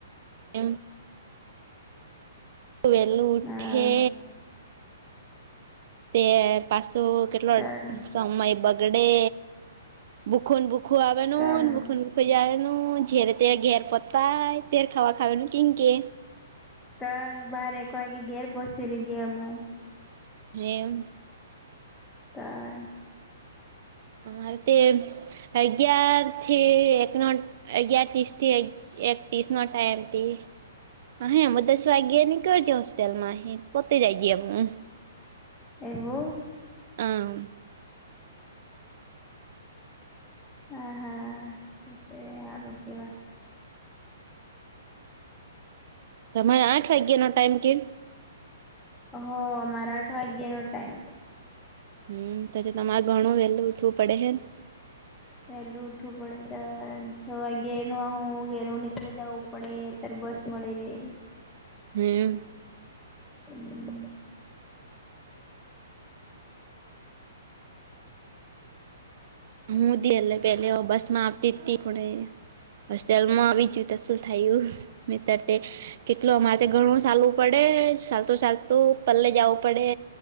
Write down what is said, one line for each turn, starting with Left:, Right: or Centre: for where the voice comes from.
Right: એમ. વેલુ ઉઠે.
Centre: હ
Right: તે પાછો કેટલો
Centre: તાર
Right: સમય બગડે ભૂકન બૂક. આવવાનું
Centre: તાર
Right: ને ભૂકૂ બુકુ. ખઈ જાય ન ઝેરે તરે ઘેર પતાાય તેર ખાવા ખાવ ન કનકે.
Centre: તો બાર એક વાગે ઘેર પોહચી રજ અમું.
Right: હમ.
Centre: તા.
Right: અરે તે અગિયારથી એકનો. અગિયાર ત્રીસ થી એક તીસનો ટાઈમ તી. અહીં અમે દસ વાગ્યે નીકળજો હોસ્ટેલમાં હે પોતે જાય છે હું.
Centre: એવું.
Right: આમ.
Centre: હા હા એ તે સારું કહેવાય.
Right: તમારે આઠ વાગ્યા નો ટાઈમ કેમ.
Centre: હ અમારા આઠ વાગ્યાનો ટાઈમ.
Right: હમ ત તો મારે ઘણું વેલું ઉઠવું પડે હે ને.
Centre: પેલું ઉઊઠવું પડે ત છ વાગે ન હું ઘેનું નીકળી જઉં. પડે તર બસ મળી રે.
Right: હે
Centre: હમ્મ.
Right: હું દી એટલે પેલે બસમાં આવતી જ તી પણ એ હોસ્ટેલમાં આવી ગયું તો શું થયું મિત્ર તે કેટલુ અમારે ઘણું સાલવું પડે ચાલતું ચાલતું પલ્લે જાવું પડે.